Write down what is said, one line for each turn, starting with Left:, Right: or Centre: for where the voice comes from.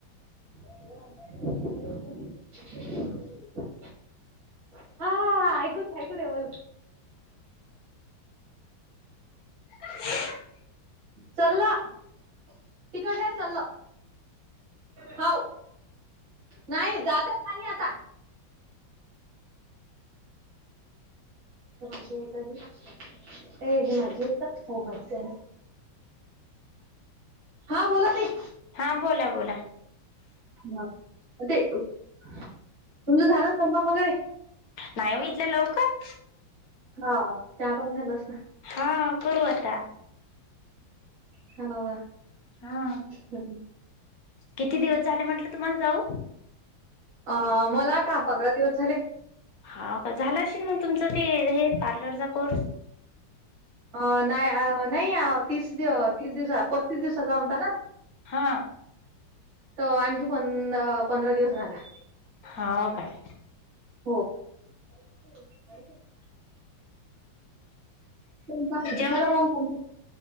Right: यांना बदल होणार आहे की नाही हा. आ ऐकू दे. ऐकू देवल.
Left: मशीन चा आवाज
Right: चाल्ला तिकडल्या यात चाल्लं. हाव नाही जातो खाली आता. हे माझी आहे का ह माझी आहे का हो माझीच आहे ना. हा बोला ताई
Left: हां बोला बोला.
Right: ह ते तुमचा झाला स्वयंपाक वगैरे
Left: नाही हो इथल्या लवकर
Right: हा चहा पाणी झालं असणार.
Left: हा करू आता.
Right: हा नवा.
Left: हा.
Right: हा.
Left: किती दिवस झाले म्हटलं तुम्हाला जाऊ.
Right: अ मला का पंधरा दिवस झाले.
Left: हा का झालं असेल मग तुमचं ते हे पार्लरचा कोर्स.
Right: अ नाही नाही तीस दि तीस दिवसा पस्तीस दिवसाचा होताना.
Left: हा.
Right: तर आणखी पंधरा दिवस राहणार.
Left: आ होय काय.
Right: हो. तुमचा झाला
Left: जेवण
Right: की माझ्या कॉल संपते.